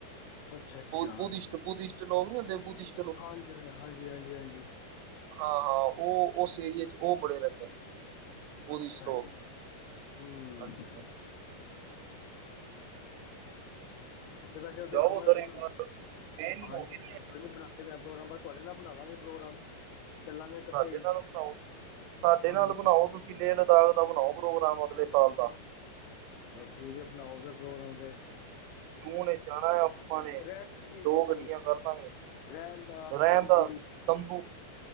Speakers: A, on the left; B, on the right.
A: ਅੱਛਾ ਅੱਛਾ
B: ਬੁ ਬੁਧਿਸ਼ਟ ਬੁਧਿਸ਼ਟ ਲੋਕ ਨੀ ਹੁੰਦੇ? ਬੁਧਿਸ਼
A: ਹਾਂਜੀ ਹਾਂ ਹਾਂਜੀ-ਹਾਂਜੀ-ਹਾਂਜੀ।
B: ਹਾਂ-ਹਾਂ, ਉਹ ਉਸ ਏਰੀਏ ਚ ਉਹ ਬੜੇ ਰੇਂਦੇ ਨੇ। ਬੁਧਿਸਟ
A: ਅੱਛਾ
B: ਲੋਕ
A: ਜੀ, ਹੂੰ।
B: ਹਾਂਜੀ-ਹਾਂਜੀ।
A: ਅੱਛਾ, ਤੇ ਵੈਸੇ ਅਗਰ
B: ਜਾਓ
A: ਕਮਰਾ
B: ਉੱਧਰ
A: ਕੁਰਮ,
B: ਇੱਕ ਵਾਰ ਇਹ ਨੀ
A: ਹਾਂਜੀ-ਹਾਂਜੀ।
B: ਹੋਗੇ ਨੀ
A: ਕੋਈ ਨਈ ਬਣਾਂਦੇ ਪਏ ਆ ਪ੍ਰੋਗਰਾਮ, ਬਾਸ ਤੁਆਡੇ ਨਾਲ ਬਣਾਵਾਂਗੇ ਪ੍ਰੋਗਰਾਮ। ਚੱਲਾਂਗੇ ਇਕੱਠੇ
B: ਸਾਡੇ
A: ਹੀ
B: ਨਾਲ ਬਣਾਓ, ਸਾਡੇ
A: ਹਾਂਜੀ
B: ਨਾਲ ਬਣਾਓ ਤੁਸੀਂ ਲੇਹ ਲਦਾਖ ਦਾ ਬਣਾਓ ਪ੍ਰੋਗਰਾਮ, ਅਗਲੇ ਸਾਲ ਦਾ।
A: ਚਲੋ ਠੀਕ ਹੈ ਬਣਾਓ ਫੇਰ ਪ੍ਰੋਗਰਾਮ ਤੇ।
B: ਜੂਨ ਇੱਚ ਜਾਣਾ ਏ ਆਪਾਂ ਨੇ,
A: ਰਹਿਣ ਦਾ ਕੀ ਸਿਸਟਮ
B: ਦੋ ਗੱਡੀਆਂ ਕਰ ਲਾਂਗੇ।
A: ਰਹਿਣ ਦਾ, ਖਾਣ
B: ਰਹਿਣ ਦਾ
A: ਪੀਣ
B: ਤੰਬੂ,